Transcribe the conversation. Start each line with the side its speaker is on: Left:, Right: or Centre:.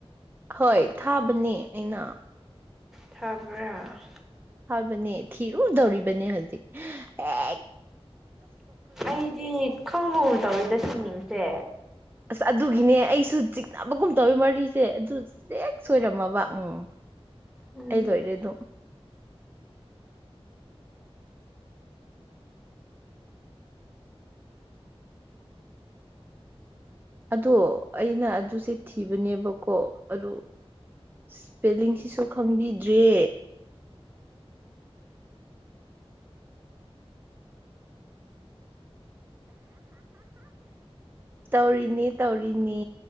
Right: ꯍꯣꯏ ꯊꯥꯕꯅꯦ ꯑꯩꯅ
Centre: ꯊꯕ꯭ꯔ
Right: ꯕꯅꯤ ꯊꯤꯔꯨꯗꯧꯔꯤꯕꯅꯤ ꯍꯧꯖꯤꯛ ꯑꯦ
Centre: ꯑꯩꯗꯤ ꯈꯪꯕꯒꯨꯝ ꯇꯧꯔꯤꯤꯗ ꯁ꯭ꯋꯤꯃꯤꯡꯁꯦ
Right: ꯑꯁ ꯑꯗꯨꯒꯤꯅꯦ ꯑꯩꯁꯨ ꯆꯤꯛꯅꯕꯒꯨꯝ ꯇꯧꯋꯤ ꯃꯔꯤꯁꯦ ꯑꯗꯨ ꯍꯦꯛ ꯁꯣꯏꯔꯝꯃꯕ ꯎꯝ
Centre: ꯎꯝ
Right: ꯑꯩꯗꯣꯏꯔ ꯑꯗꯨꯝ ꯑꯗꯣ ꯑꯩꯅ ꯑꯗꯨꯁꯦ ꯊꯤꯕꯅꯦꯕꯀꯣ ꯑꯗꯨ ꯏꯁꯄꯦꯜꯂꯤꯡꯁꯤꯁꯨ ꯈꯪꯕꯤꯗ꯭ꯔꯦ ꯇꯧꯔꯤꯅꯤ ꯇꯧꯔꯤꯅꯤ